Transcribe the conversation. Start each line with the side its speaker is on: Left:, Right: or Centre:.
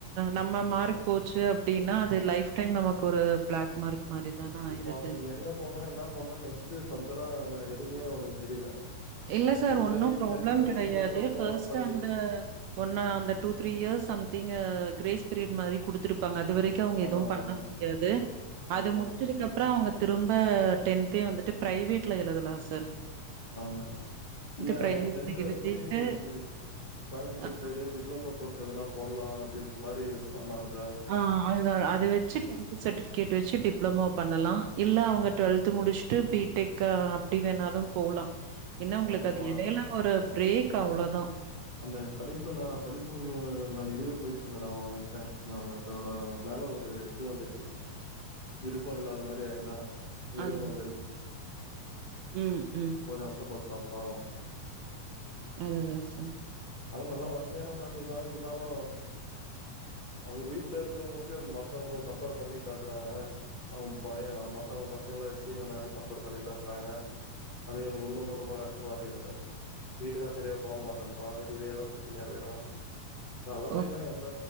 Right: நம்ம மார்க் போச்சு அ ப்டினா அது லைஃப் டைம் நமக் ஒரு பிளாக் மார்க் மாரி தானே ஆயிருது.
Left: இப்ப அவுனுக்கு எங்க போனும் என்ன பண்ணும்னு நெக்ஸ்ட்டு ஃபர்தரா எது எனக்கு தெரியல
Right: இல்ல சார் ஒன்னும்
Left: சரி
Right: ப்ராப்ளம்
Left: டென்த வச்சு
Right: கெடையாது
Left: டிப்ளமோ
Right: ஃப்ர்ஸ்ட்
Left: படிக்கிறா
Right: அந்த ஒன்னா அந்த two three years something grace period மாதிரி கொடுத்திருப்பாங்க இது வரைக்கும் அவுங்க
Left: ஆமா
Right: எதுவும்
Left: ஆமா
Right: பண்ண
Left: மேடம்
Right: முடியாது
Left: அதனா
Right: அது முடிச்சதுக்கு அப்புறம் அவுங்க திரும்ப டென்தே வந்துட்டு பிரைவேட்ல எழுதலாம் சார்
Left: ஆமா ஆ இல்ல
Right: பிரைவேட்ல
Left: அவன் டென்த
Right: எழுதிட்டு
Left: வெச்சு செரி கோயம்புத்தூர்
Right: அ
Left: சைடு டிப்ளமோ கோர்ஸ் ஏதனா போடலாம் அப்படின்ற மாதிரி பண்ணாங்க
Right: ஆ அது வெச்சு டென்த் சர்டிபிகேட் வெச்சு டிப்ளமோ பண்ணலாம் இல்ல அவுங்க டுவெல்த் முடிச்சு ட்டு பீடெக் அப்படி வேணாலும் போவலாம் என்ன
Left: அவனுக்கு
Right: உங்களுக்கு
Left: இப்போ
Right: அது இடையில ஒரு பிரேக் அவ்ளோ தான்
Left: அந்த படிப்பு நான் படிப்பு நான் இதுவே போயிடுச்சு மேடம் அவன் கிட்ட அ அதோட மேல ஒரு இது வந்துருச்சு விருப்பம் இல்லாத மாரி ஆயிட்டான் வெறுப்பு
Right: அதுதான்.
Left: வந்துடுச்சு
Right: ம், ம்.
Left: போய் கஷ்டப்பட்டான் ஆ
Right: அது தா சார்
Left: அதுவு நல்ல வசதியான ஃபேமிலி தா இருந்தாலு அவுங் வீட்ல இருக்குறவுங்களுக்கு மத்தவுங்க கம்பேர் பண்ணி பேசுறாங்க அவுங் பைய மத்தவுங்க பசங்கள வச்சு இவன கம்பேர் பண்ணி பேசுறாங்க அது இவனுக்‌ இன்னுமே ரொம்ப கஷ்டமா இருக்குது வீட்டுக்கு சரியா போமாட்டன் றா வெளியதா சுத்தின்னு இருக்குறா நல்ல பையந்தா
Right: ஓ
Left: எந்த